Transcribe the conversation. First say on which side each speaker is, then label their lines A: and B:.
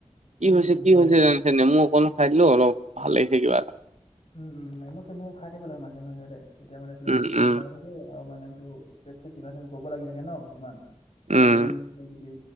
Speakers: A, on the right; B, on the left.
A: কি
B: উম
A: হৈছে,
B: উম,
A: কি
B: হয়
A: হৈছে
B: হয়
A: জান নেমু অকণ খাই দিলো অলপ ভালে লাগিছে কিবা এটা।
B: উম, উম, নেমু-চেমু খাই থাকিব লাগে মাজে-মাজে দে, তেতিয়া মানে তোৰ
A: উম
B: পেটটো
A: উম
B: চা আৰু মানে তোৰ পেট-চেট কিবা কৰিব লাগি থাকে ন কিছুমান,
A: উম
B: পেট বিষ কিবা কিবি।